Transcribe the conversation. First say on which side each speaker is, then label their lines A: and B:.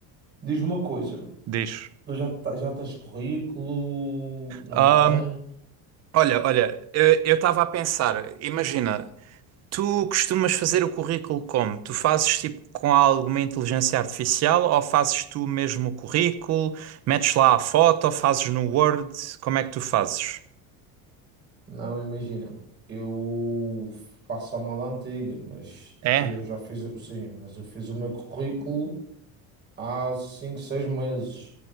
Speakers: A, on the right (about 30°); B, on the right (about 45°).
A: diz-me uma coisa,
B: diz.
A: tu já, ta- já tens currículo? Não
B: Ahm,
A: tens?
B: olha, olha, eu estava a pensar, imagina, Tu costumas fazer o currículo como? Tu fazes tipo com alguma inteligência artificial ou fazes tu mesmo o currículo? Metes lá a foto ou fazes no Word? Como é que tu fazes?
A: Não, imagina, eu faço a moda antiga, mas
B: É?
A: eu já fiz, o- sim, mas eu fiz o meu currículo há 5 6 meses.